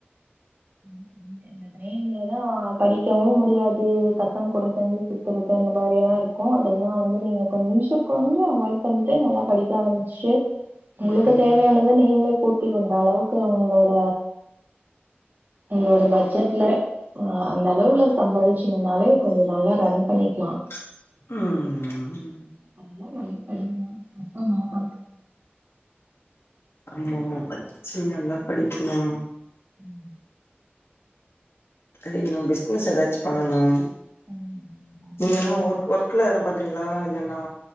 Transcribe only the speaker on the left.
ம்
ம் ம் ம்
ஆமா ஆமா பச்சி நல்லா படிக்கிணு
படிக்கணு பிஸ்னஸ் எதாச் பண்ணனும்
நீங் எதனா
ஒர்க் ஒர்க் க்லா எதும் பண்றிங்ளா இல்லனா